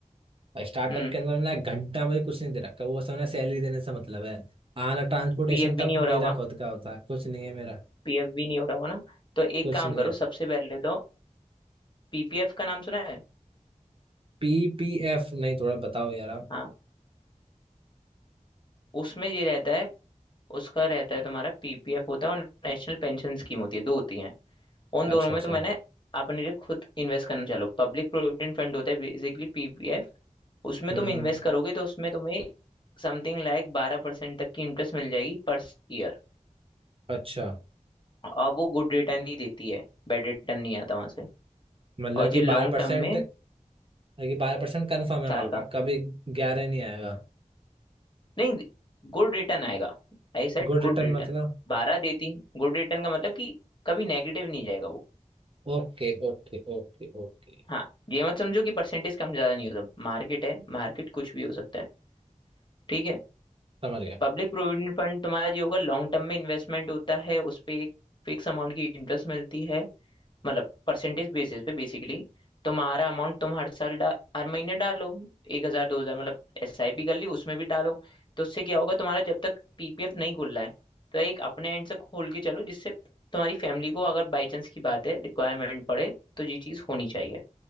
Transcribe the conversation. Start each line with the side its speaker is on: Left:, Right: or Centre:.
Right: और स्टार्टअप
Left: हम्म
Right: के अंदर ना एक घंटा मुझे कुछ नहीं दे रखा वो सब ना सैलरी देने से मतलब है आना ट्रांसपोर्टेशन
Left: पीएफ भी
Right: तक
Left: नहीं
Right: मेरा
Left: हो रहा होगा
Right: खुद का होता है कुछ नहीं है मेरा
Left: पीएफ भी नहीं हो रहा होगा ना तो एक
Right: कुछ
Left: काम
Right: नहीं
Left: करो
Right: है
Left: सबसे पहले तो पीपीएफ का नाम सुना है
Right: P P F नहीं थोड़ा बताओ यार आप
Left: हाँ उसमें ये रहता है उसका रहता है तुम्हारा पीपीएफ होता है और नेशनल पेंशन स्कीम होती है दो होती हैं उन
Right: अच्छा
Left: दोनों में
Right: अच्छा
Left: तो मैंने अपने लिए खुद इन्वेस्ट करना चालू पब्लिक प्रोविडेंट फंड होता है बेसिकली पीपीएफ उसमें
Right: हम्म
Left: तुम इन्वेस्ट
Right: हम्म
Left: करोगे तो उसमें तुम्हें समथिंग लाइक बारह परसेंट तक की इंटरेस्ट मिल जाएगी पर ईयर
Right: अच्छा
Left: और वो गुड रिटर्न ही देती है बैड रिटर्न नहीं आता वहां से
Right: मतलब
Left: और
Right: कि
Left: ये लॉन्ग
Right: बारह परसेंट
Left: टर्म में
Right: कि बारह परसेंट कन्फर्म है
Left: साल
Right: वहाँ का
Left: का
Right: कभी ग्यारह नहीं आएगा
Left: नहीं गुड रिटर्न आएगा I said
Right: गुड रिटर्न
Left: good return
Right: मतलब
Left: बारह देती गुड रिटर्न का मतलब कि कभी नेगेटिव नहीं जाएगा वो
Right: ओके ओके ओके ओके
Left: हाँ ये मत समझो कि परसेंटेज कम ज्यादा नहीं होता मार्केट है मार्केट कुछ भी हो सकता है ठीक है
Right: समझ गया
Left: पब्लिक प्रोविडेंट फंड तुम्हारा जो होगा लॉन्ग टर्म में इन्वेस्टमेंट होता है उस पे एक फिक्स अमाउंट की इंटरेस्ट मिलती है मतलब परसेंटेज बेसिस पे बेसिकली तुम्हारा अमाउंट तुम हर साल डा, हर महीने डालो एक हजार दो हजार मतलब एस आई पी कर ली उसमें भी डालो तो उससे क्या होगा तुम्हारा जब तक पीपीएफ नहीं खुल रहा है तो एक अपने एंड से खोल के चलो जिससे तुम्हारी फैमिली को अगर बाई चांस की बात है रिक्वायरमेंट पड़े तो ये चीज़ होनी चाहिए